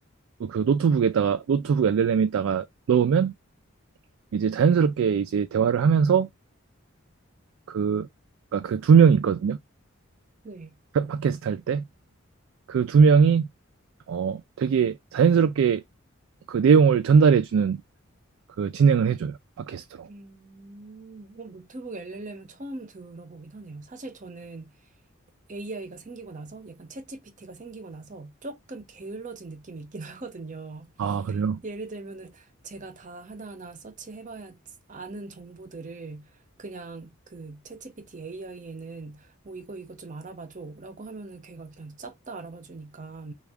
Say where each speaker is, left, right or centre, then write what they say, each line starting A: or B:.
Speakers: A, on the right; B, on the right.
A: 그 노트북에다가 노트북 LLM에다가 넣으면 이제 자연스럽게 이제 대화를 하면서 그 그러니까 그 두 명이 있거든요.
B: 네.
A: 팟- 팟캐스트 할 때 그 두 명이 어 되게 자연스럽게 그 내용을 전달해 주는 그 진행을 해줘요. 팟캐스트로.
B: 음. 어, 노트북 LLM은 처음 들어보긴 하네요. 사실 저는 AI가 생기고 나서 약간 챗GPT가 생기고 나서 조금 게을러진 느낌이 있긴 <laughs> 하거든요.
A: 아, 그래요?
B: 예를 들면은 제가 다 하나하나 서치해봐야 아는 정보들을 그냥 그 챗GPT AI에는 뭐 이거 이거 좀 알아봐줘라고 하면은 걔가 그냥 싹 다 알아봐주니까